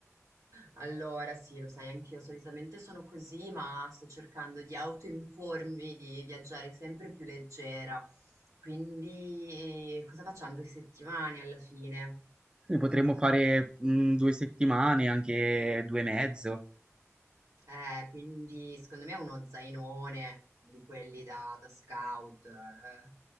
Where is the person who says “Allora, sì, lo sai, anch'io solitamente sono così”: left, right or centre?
Right